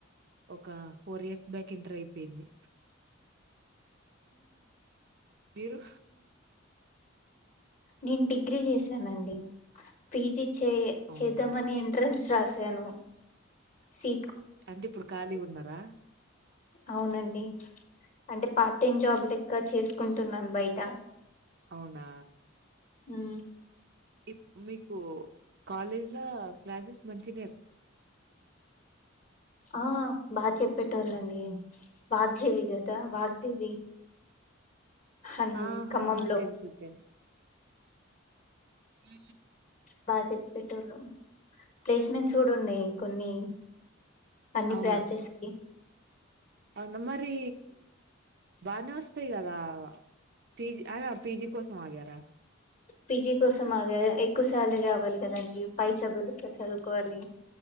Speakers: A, on the right; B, on the left.
A: ఒక ఫోర్ ఇయర్స్ బ్యాక్ ఇంటర్ అయిపోయింది మీరు
B: నేను డిగ్రీ చేశానండి పీజి చే
A: అవునా
B: చేద్దామని ఎంట్రన్స్ రాసాను సి
A: అంటే ఇప్పుడు ఖాళీ ఉన్నారా
B: అవునండి అంటే పార్ట్ టైమ్ జాబ్ లెక్క చేసుకుంటున్నాను బయట
A: అవునా
B: హ్మ్
A: ఇప్ మీకు కాలేజ్ లో క్లాసెస్ మంచిగనే
B: ఆ బా చెప్ పెట్టోళ్ళండి వాగ్దేవి కదా వాగ్దేవి అన్
A: ఆహా
B: ఖమ్మంలో
A: తెల్సు తే ఉ
B: బా చెప్ప పెట్టొలు ప్లేస్మెంట్స్ కూడా ఉన్నాయి కొన్ని అన్ని
A: అవునా
B: బ్రాంచెస్ కి
A: అవునా మరి బానే వస్తాయి కదా పీజీ అయినా పీజీ కోసం ఆగారా
B: పీజి కోసం ఆగా ఎక్కువ శాలరీ రావాలి కదా పై చదువులు ఇక్కడ చదువుకోవాలి